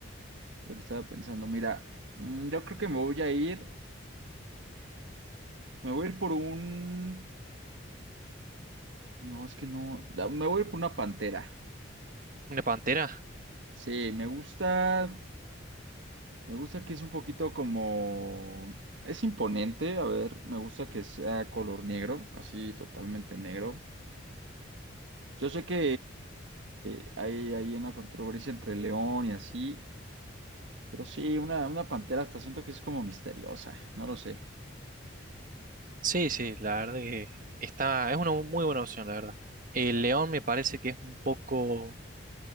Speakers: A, on the right (about 70°); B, on the right (about 45°).
A: es lo que estaba pensando. Mira, mm, yo creo que me voy a ir. Me voy a ir por un. No, es que no. da- Me voy a ir por una pantera.
B: ¿Una pantera?
A: Sí, me gusta. Me gusta que es un poquito como. Es imponente. A ver, me gusta que sea color negro, así totalmente negro. Yo sé que eh, hay, hay una controversia entre León y así, pero sí, una, una pantera hasta siento que es como misteriosa, no lo sé.
B: Sí, sí, la verdad que está, es una muy buena opción, la verdad. El león me parece que es un poco